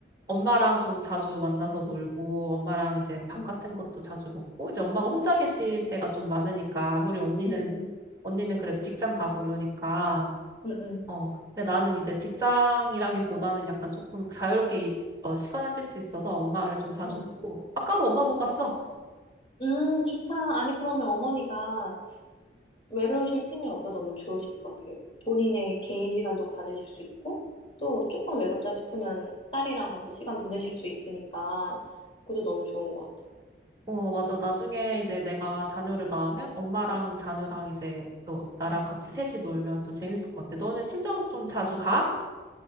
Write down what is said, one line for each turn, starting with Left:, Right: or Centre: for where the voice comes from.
Right: 엄마랑 좀 자주 만나서 놀고, 엄마랑 이제 밥
Left: 응,
Right: 같은 것도 자주 먹고, 이제 엄마가 혼자 계실 때가 좀 많으니까, 아무리 언니는,
Left: 응, 응,
Right: 언니는 그래도 직장 가고 이러니까,
Left: 응, 응.
Right: 어, 근데 나는 이제 직장이라기보다는 약간 조금 자유롭게 이- 어, 시간을 쓸 수 있어서 엄마를 좀 자주
Left: 응.
Right: 보고, 아까도 엄마 보고 갔어.
Left: 음, 좋다. 아니, 그러면 어머니가 외로우실 틈이 없어 너무 좋으실 것 같아요. 본인의 개인 시간도 가지실 수 있고, 또 조금 외롭다 싶으면 딸이랑 같이 시간 보내실 수 있으니까, 그것도 너무 좋은 것 같아요.
Right: 어, 맞아. 나중에 이제 내가 자녀를 낳으면 엄마랑 자녀랑 이제 또 나랑 같이 셋이 놀면 또 재밌을 것 같아. 너는 친정 좀 자주
Left: 음.
Right: 가?